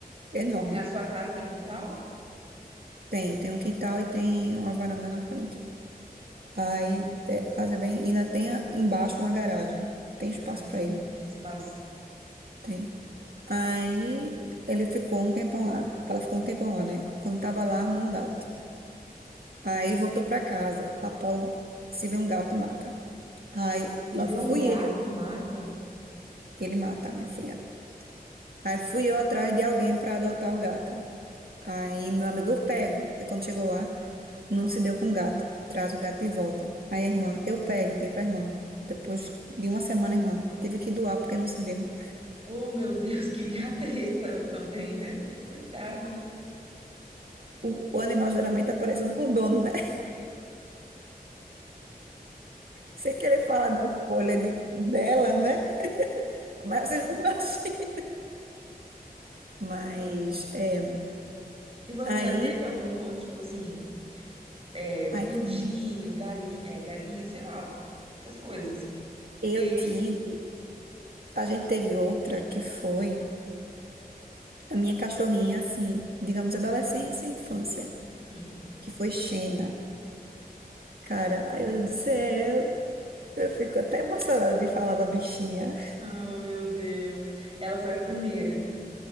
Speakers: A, on the right; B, on the right.
A: Enorme.
B: E na sua casa tem quintal?
A: Tem, tem um quintal e tem uma varanda na frente. Aí te- a casa é bem. E ainda tem a- embaixo uma garagem. Tem
B: Ah,
A: espaço
B: sim,
A: pra ele.
B: tem espaço.
A: Tem. Aí ele ficou um tempão lá. Ela ficou um tempão lá, né? Quando tava lá, armou um gato. Aí voltou pra casa. Apolo, se vê um gato, mata. Aí
B: E
A: lá
B: ver
A: fui
B: um gato,
A: eu
B: mata.
A: que ele mata, minha filha. Aí fui eu atrás de alguém pra adotar o gato. Aí meu amigo eu pego. Aí quando chegou lá. Não se deu com o gato. Traz o gato de volta. Aí a irmã, eu pego, dei pra irmã. Depois de uma semana, a irmã teve que doar porque não se deu.
B: Oh, meu Deus, que gata é esse tam- também, né? Coitado.
A: O, o animal geralmente tá parecido com o dono, né? <laughs> Sem querer falar da escolha de, dela, né? <laughs> Mas você já imagina. Mas, é,
B: E você
A: aí,
B: já teve algum outro, tipo assim, é,
A: ai,
B: pintinho,
A: cara,
B: galinha, é, galinha, sei lá, essas coisas.
A: eu
B: Peixe.
A: tive, a gente teve outra que foi a minha cachorrinha, assim, digamos, adolescência e infância,
B: Hum.
A: que foi Xena. Cara, ai meu Deus do céu. Eu fico até emocionada de falar da bichinha.
B: Oh, meu Deus. Ela foi a primeira.